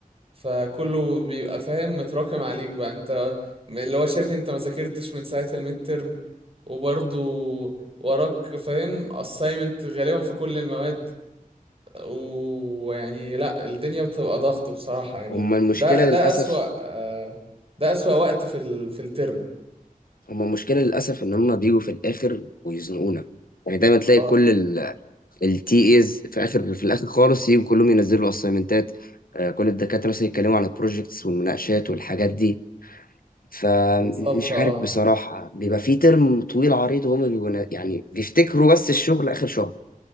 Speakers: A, on the right (about 40°); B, on the left (about 80°).
A: فكله بيبقى فاهم متراكم عليك بقى انت اللي هو شبه انت ما ذاكرتش من ساعة الميد ترم وبرضه وراك فاهم اسايمنت غالبا في كل المواد ويعني لا الدنيا بتبقى ضغط بصراحة يعني
B: هما المشكله
A: ده ده
B: للاسف
A: أسوأ آه، ده أسوأ وقت في ال... في الترم
B: هما المشكله للاسف ان هما بيجوا في الاخر ويزنقونا يعني دايما تلاقي
A: اه
B: كل التي ايز في اخر في الاخر خالص يجوا كلهم ينزلوا اسايمنتات كل الدكاتره مثلا يتكلموا عن البروجكتس والمناقشات والحاجات دي فمش
A: بالظبط اه
B: عارف بصراحه بيبقى في ترم طويل عريض وهما بيبقوا نا- يعني بيفتكروا بس الشغل اخر شهر